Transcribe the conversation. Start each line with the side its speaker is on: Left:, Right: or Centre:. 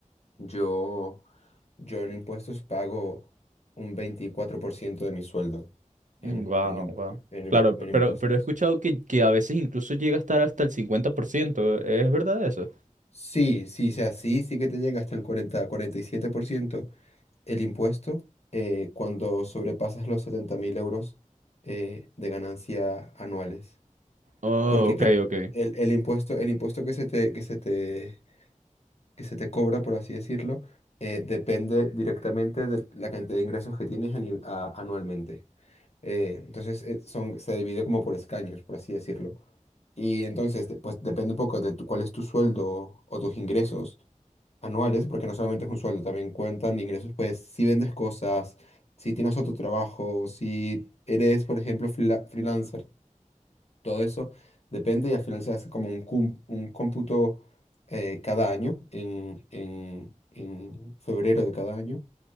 Left: yo, yo en impuestos pago un 24% de mi sueldo en,
Right: Wow,
Left: en, impu-
Right: wow.
Left: en
Right: Claro,
Left: imp- en
Right: p-
Left: impuestos.
Right: pero, pero he escuchado que, que a veces incluso llega a estar hasta el 50%. ¿Es verdad eso?
Left: Sí, sí, o sea, sí, sí que te llega hasta el cuarenta, cuarenta y siete por ciento. el impuesto eh, cuando sobrepasas los setenta mil euros eh, de ganancia anuales.
Right: Oh,
Left: Porque,
Right: ok,
Left: claro,
Right: ok.
Left: el, el impuesto, el impuesto que se te, que se te, que se te cobra, por así decirlo, eh, depende directamente de la cantidad de ingresos que tienes ani- a- anualmente. Eh, entonces, eh, son, se divide como por escaños, por así decirlo. Y entonces, de- pues depende un poco de tu- cuál es tu sueldo o tus ingresos anuales, porque no solamente es un sueldo, también cuentan ingresos, pues si vendes cosas, si tienes otro trabajo, si eres, por ejemplo, freela- freelancer, todo eso depende y al final se hace como un, cum- un cómputo eh, cada año, en, en en febrero de cada año